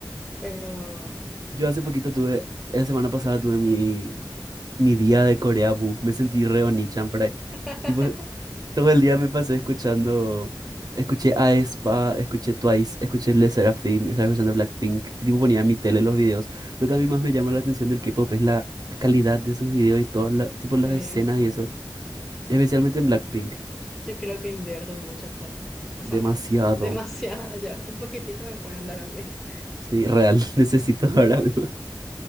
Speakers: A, in the centre; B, on the right.
A: pero...
B: Yo hace
A: eh,
B: poquito tuve, la semana pasada tuve mi, mi día de Corea Bu. Me sentí re Onichan por ahí.
A: <laughs>
B: Tipo, todo el día me pasé escuchando. Escuché a aespa, escuché Twice, escuché Le Sserafim, estaba escuchando Blackpink. Y tipo ponía en mi tele los videos. Lo que a mí más me llama la atención del K-pop es la calidad de sus videos y todas las, tipo
A: Sí,
B: las escenas y eso. Especialmente en Blackpink.
A: yo creo que invierten mucha plata, o
B: Demasiado.
A: sea, demasiada ya, un poquitito me pueden dar a mí.
B: Sí, real. <laughs> Necesito ahora mismo.